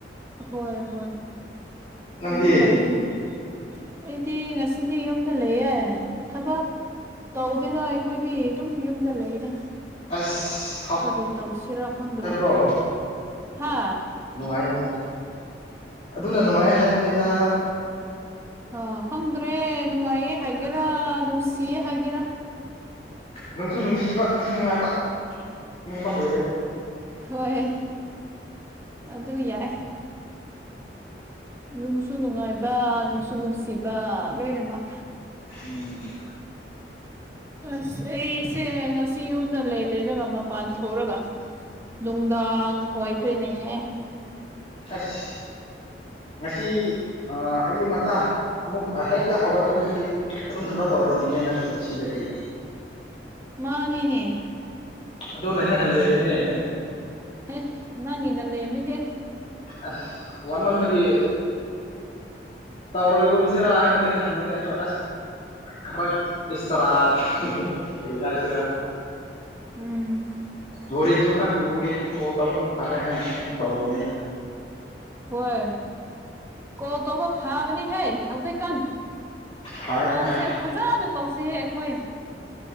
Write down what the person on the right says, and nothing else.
ꯍꯣꯏ ꯍꯣꯏ
ꯑꯗꯨ ꯃꯥꯜꯂꯤꯅꯦ ꯑꯩꯗꯤ ꯉꯁꯤꯗꯤ ꯌꯨꯝꯗ ꯂꯩꯌꯦ ꯊꯕꯛ ꯇꯧꯗꯦꯗ ꯑꯩꯈꯣꯏꯗꯤ ꯑꯗꯨꯝ ꯌꯨꯝꯗ ꯂꯩꯗ
ꯀꯔꯤ ꯇꯧꯁꯤꯔꯥ ꯈꯪꯗ꯭ꯔꯦ
ꯍꯥ
ꯑꯥ ꯈꯪꯗ꯭ꯔꯦ ꯅꯨꯡꯉꯥꯏꯌꯦ ꯍꯥꯏꯒꯦꯔꯥ ꯅꯨꯡꯁꯤꯌꯦ ꯍꯥꯏꯒꯦꯔꯥ
ꯍꯣꯏ ꯑꯗꯨ ꯌꯥꯏ ꯅꯨꯡꯁꯨ ꯅꯨꯡꯉꯥꯏꯕ ꯅꯨꯡꯁꯨ ꯅꯨꯡꯁꯤꯕ ꯂꯣꯏꯅꯃꯛ
ꯑꯁ ꯑꯩꯁꯦ ꯉꯁꯤ ꯌꯨꯝꯗ ꯂꯩ ꯂꯩꯔꯒ ꯃꯄꯥꯟ ꯊꫭꯛꯔꯒ ꯅꯨꯡꯗꯥꯡ ꯑꯣꯏꯈ꯭ꯔꯦꯅꯦꯍꯦ
ꯃꯥꯅꯤꯅꯦ
ꯍꯦ ꯅꯪꯒꯤꯅ ꯂꯦꯝꯃꯤꯍꯦ
ꯎꯝ
ꯍꯣꯏ ꯀꯣꯜ ꯇꯧꯕ ꯐꯥꯕꯅꯤꯍꯦ ꯍꯧꯖꯤꯛ ꯀꯥꯟ
ꯀꯣꯜꯁꯦ
ꯐꯖꯅ ꯇꯧꯁꯤꯍꯦ ꯑꯩꯈꯣꯏ